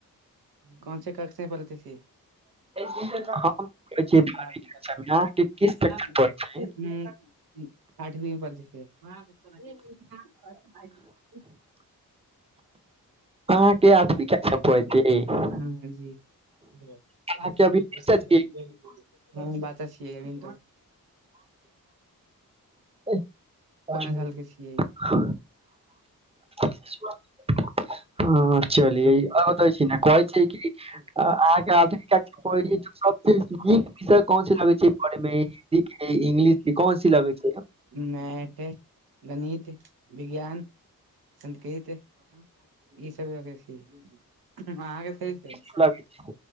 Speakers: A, on the right; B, on the right.
A: कोन सेे कक्षे पढ़त अछि <unintelligible>
B: हम कहै छी बारहवीं कक्षा मे, अहाँके किस कक्षा मे पढ़ै छियै
A: आठवी पर्ष <unintelligible>
B: अहाँके आथमी्प <unintelligible>
A: ह जी हैबाद
B: अहाँके अभी बच्चा छी।
A: <unintelligible> ह बच्चा छियै अबी तऽ
B: त
A: पाँच साल के छियै
B: <unintelligible> ह <unintelligible> ह चलियैै छी ने कहै छै कि अहाँके आधन <unintelligible> सब नीक विषय कोनसी लगै छै पढ़ेमे हिन्दी के इंग्लिश के कोनसी लगै छै
A: मैठ गणित विज्ञान संस्कृत ई सब छै अहाँके से छै <unintelligible>
B: अच्छा लगै छै